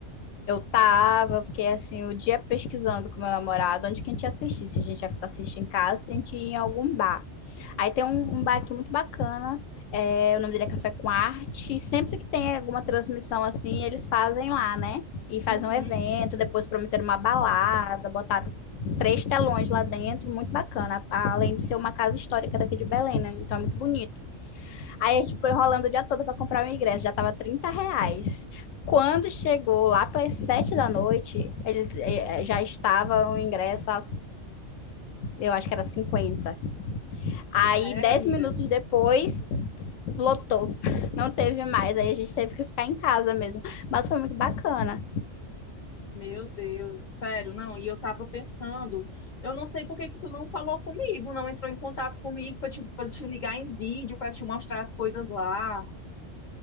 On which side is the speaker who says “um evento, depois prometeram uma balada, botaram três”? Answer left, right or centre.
Left